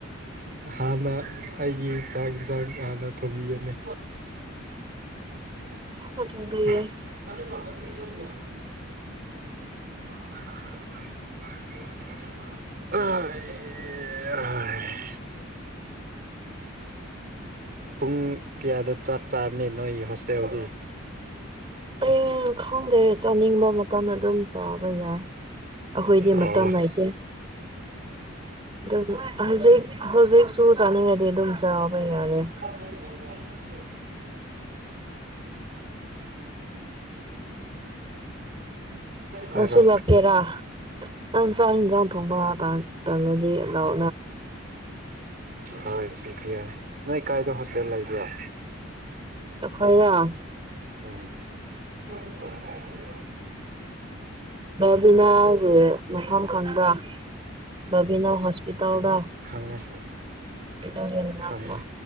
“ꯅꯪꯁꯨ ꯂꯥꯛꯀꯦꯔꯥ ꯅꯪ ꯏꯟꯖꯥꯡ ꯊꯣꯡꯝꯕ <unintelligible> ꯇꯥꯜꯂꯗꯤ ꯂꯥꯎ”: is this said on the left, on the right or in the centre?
Right